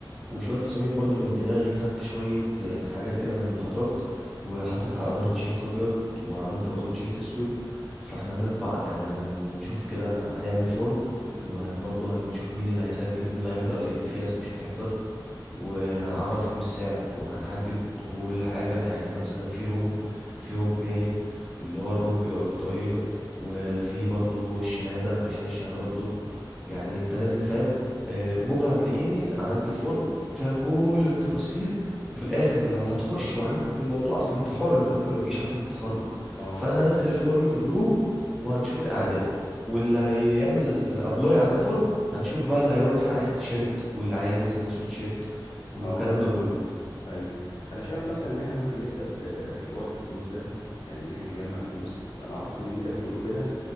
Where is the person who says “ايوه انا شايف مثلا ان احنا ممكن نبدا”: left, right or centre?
Left